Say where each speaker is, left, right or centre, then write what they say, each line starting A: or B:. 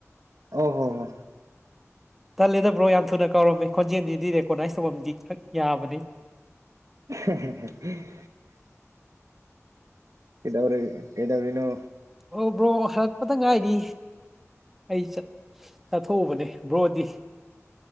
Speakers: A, on the right (about 80°); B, in the centre.
A: ꯑꯣ ꯍꯣ ꯍꯣ
B: ꯇꯜꯂꯦꯗꯕ꯭ꯔꯣ ꯌꯥꯝ ꯊꯨꯅ ꯀꯧꯔꯝꯃꯤ ꯈꯣꯟꯖꯦꯜꯁꯤꯗꯤ ꯔꯦꯀꯣꯅꯥꯏꯁ ꯇꯧꯐꯝꯗꯤꯛ ꯌꯥꯕꯅꯤ
A: <unintelligible> ꯀꯗꯧꯔꯤ ꯀꯩꯗꯧꯔꯤꯅꯣ
B: ꯑꯣ ꯕ꯭ꯔꯣ ꯍꯜꯂꯛꯄꯗ ꯉꯥꯏꯔꯤ ꯑꯩ ꯆꯠ ꯆꯠꯊꯣꯛꯎꯕꯅꯦ ꯕ꯭ꯔꯣꯗꯤ